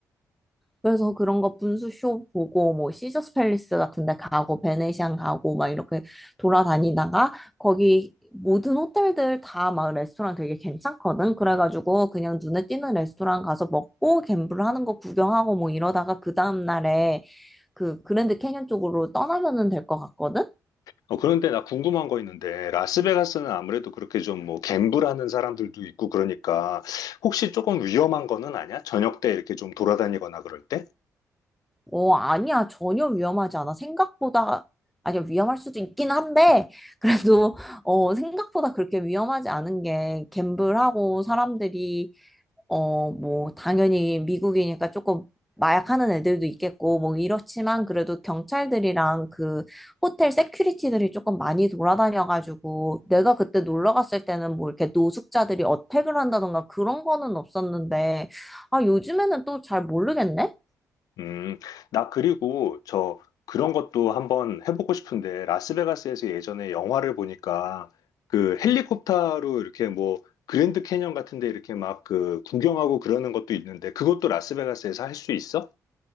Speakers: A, in the centre; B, on the left.
A: 그래서 그런 거 분수쇼 보고 뭐 시저스 팰리스 같은 데 가고 베네시안 가고 막 이렇게 돌아다니다가 거기 모든 호텔들 다 막 레스토랑 되게 괜찮거든. 그래가지고 그냥 눈에 띄는 레스토랑 가서 먹고 갬블 하는 거 구경하고 뭐 이러다가 그 다음 날에 그 그랜드 캐년 쪽으로 떠나면은 될 것 같거든.
B: 어, 그런데 나 궁금한 거 있는데 라스베가스는 아무래도 그렇게 좀 뭐 갬블하는 사람들도 있고 그러니까 혹시 조금 위험한 거는 아니야? 저녁 때 이렇게 좀 돌아다니거나 그럴 때?
A: 어, 아니야. 전혀 위험하지 않아. 생각보다 아니야. 위험할 수도 있긴 한데 그래도 어, 생각보다 그렇게 위험하지 않은 게 갬블하고 사람들이 어, 뭐, 당연히 미국이니까 조금 마약하는 애들도 있겠고, 뭐, 이렇지만 그래도 경찰들이랑 그 호텔 세큐리티들이 조금 많이 돌아다녀가지고, 내가 그때 놀러 갔을 때는 뭐 이렇게 노숙자들이 어택을 한다던가 그런 거는 없었는데, 아, 요즘에는 또 잘 모르겠네?
B: 음, 나 그리고 저 그런 것도 한번 해보고 싶은데, 라스베가스에서 예전에 영화를 보니까 그 헬리콥터로 이렇게 뭐 그랜드 캐년 같은 데 이렇게 막 그 구경하고 그러는 것도 있는데, 그것도 라스베가스에서 할 수 있어?